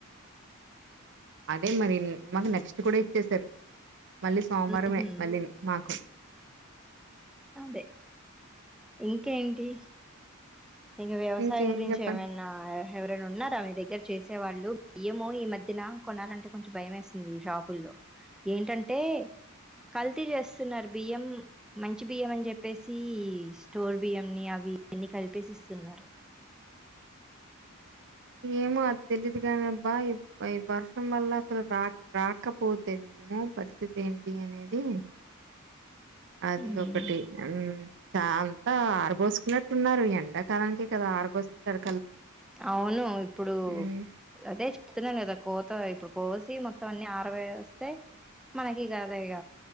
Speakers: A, on the right; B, in the centre.
A: అదే మరి మాక్ నెక్స్ట్ కూడా ఇచ్చెసారు మళ్ళీ సోమవారమే
B: ఉహు
A: మళ్ళీను మాకు
B: అదే ఇంకేంటి ఇంగ వ్యవసాయం
A: ఇంకేం
B: గురించి
A: చెప్పను
B: ఏవన్నా ఎవరైనా ఉన్నార మీ దగ్గర చేసే వాళ్ళు బియ్యం అమ్మో ఈ మధ్యన కొనాలంటే కొంచెం భయం వేస్తుంది ఈషాపుల్లో ఏంటంటే కల్తీ చేస్తున్నారు బియ్యం మంచి బియ్యం అని చెప్పేసి స్టోర్ బియ్యంని అవి అన్ని కల్పేసిస్తున్నారు
A: ఏమో తెలీదు కాని అబ్బా ఇ ఈ వర్షం వల్ల అసలు రా రాకపోతేవి ఏమో పరిస్థితి ఏంటి అనేది అది
B: ఉమ్,
A: ఒకటి ఊ చ అంతా ఆరపోసుకున్నట్టున్నారు ఎండాకాలానికి కదా ఆరపోసుకుంటారు
B: అవును ఇప్పుడు
A: హ్మ్
B: అదే చెప్తున్నాను కదా కోత ఇప్పుడు కోసి మొత్ మొతం అన్ని ఆరవేస్తే మనకికద ఇగ